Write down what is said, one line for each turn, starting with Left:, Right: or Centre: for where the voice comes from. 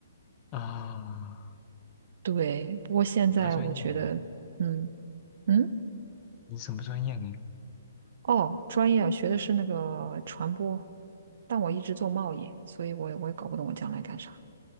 Left: 啊，
Right: 对，不过现在我觉得，
Left: 你啥专业的呀？
Right: 嗯嗯，
Left: 你什么专业的呀？
Right: 哦，专业啊，学的是那个传播，但我一直做贸易，所以我我也搞不懂我将来干啥，